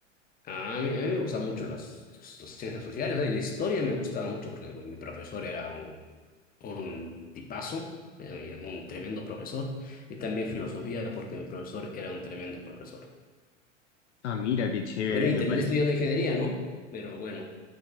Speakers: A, on the left; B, on the left.
A: A mí, a mí me gustan mucho las, las- las ciencias sociales, ¿eh? Y la historia me gustaba mucho porque bueno, mi profesor era un, un tipazo, eh, un tremendo profesor, y también filosofía porque mi profesor era un tremendo profesor.
B: Ah, mira, qué chévere,
A: Bueno, y
B: me
A: terminé
B: parece.
A: estudiando ingeniería, ¿no? Pero bueno,